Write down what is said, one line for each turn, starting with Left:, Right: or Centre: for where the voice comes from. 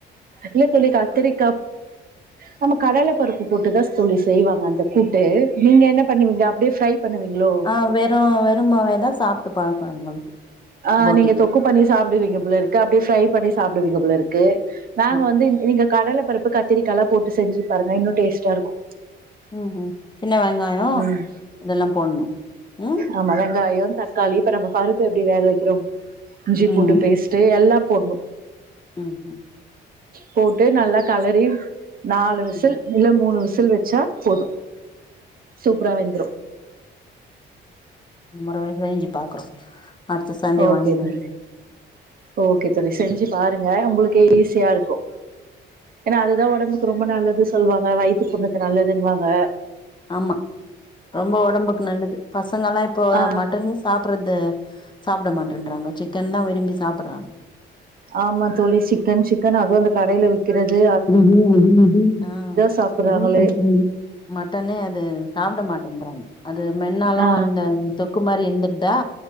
Right: இல்ல தோழி கத்தரிக்கா நம்ம கடல பருப்பு போட்டுதா தோழி செய்வாங்க அந்த கூட்டு நீங்க என்ன பண்ணுவீங்க அப்டே ஃப்ரை பண்ணுவீங்களோ
Left: ஆ வெறு வெறு மாவேதா சாப்ட்டு பழக்கோ எங்களுக்கு
Right: ஆ
Left: போட்டி
Right: நீங்க தொக்கு பண்ணி சாப்டுவீங்க போல இருக்கு அப்டே ஃப்ரை பண்ணி சாப்டுவீங்க போல இருக்கு நாங்க
Left: ஆமா
Right: வந்து நீங்க கடல பருப்பு கத்திரிக்காலா போட்டு செஞ்சு பாருங்க இன்னு டேஸ்ட்டா இருக்கு
Left: ம் ம் சின்ன வெங்காயோ
Right: ம்
Left: இதெல்லா போட்ணு ம்
Right: ஆமா வெங்காயோ தக்காளி இப்ப நம்ம பருப்ப எப்டி வேக வெக்கிறோ இஞ்சி
Left: ம்
Right: பூண்டு பேஸ்ட்டு எல்லா போட்ணு
Left: ம்
Right: போட்டு நல்லா கலறி நாலு விசில்
Left: ம்
Right: இல்ல மூணு விசில் வெச்சா போது சூப்பரா வெந்துரு
Left: முறவே செஞ்சு பாக்குறோ அடுத்த சண்டே
Right: ஓகே
Left: வாங்கணு
Right: தா ஓகே தோழி செஞ்சு பாருங்க உங்களுக்கே ஈஸியா இருக்கு எனா அதுதா ஒடம்புக்கு ரொம்ப நல்லது சொல்லுவாங்க வயித்து புண்ணுக்கு நல்லதுன்னுவாங்க
Left: ஆமா ரொம்ப ஒடம்புக்கு நல்லது பசங்களா இப்போ
Right: ஆ
Left: மட்டனே சாப்புட்றது சாப்புட மாட்டேன்றாங்க சிக்கன்தா விரும்பி சாப்பட்றாங்க
Right: ஆமா தோழி சிக்கன் சிக்கன் அதுவு அந்த கடைல விக் க்கிறது
Left: ம் ம் ம் ம் ஆ <inaudible>
Right: சாப்பிடுறாங்களே
Left: சாப்பட் <inaudible> மட்டனே அது சாப்பட மாட்டேன்றாங்க அது மென்னாலு
Right: ஆ
Left: அந்த தொக்கு மாரி எந்திருதா